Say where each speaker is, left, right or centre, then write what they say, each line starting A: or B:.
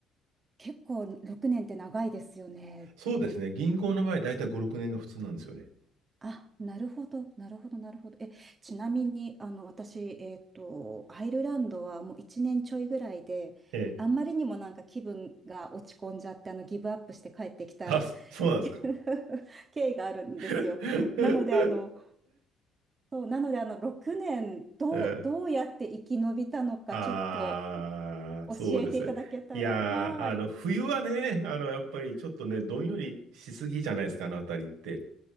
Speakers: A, on the right (about 35°); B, on the right (about 80°).
A: 結構6年って長いですよね。
B: そうですね。銀行の場合、だいたい5、6年が普通なんですよね。
A: あ、なるほど、なるほど、なるほど。え、ちなみに、あの、私、えっと、アイルランドはもう1年ちょいぐらいで、
B: ええ。
A: あんまりにもなんか気分が落ち込んじゃって、あの、ギブアップして帰ってきた
B: あ、そそうなんですか。
A: <laughs> 経緯があるんですよ。
B: <laughs>
A: なので、あの、なので、あの、6年、どう、
B: え
A: どうやって生き延びたのか、
B: ああー、
A: ちょっと教えていただけたら。
B: そうですね。いやー、
A: はい。
B: あの、冬はね、あの、やっぱりちょっとね、どんよりしすぎじゃないですか、あのあたりって。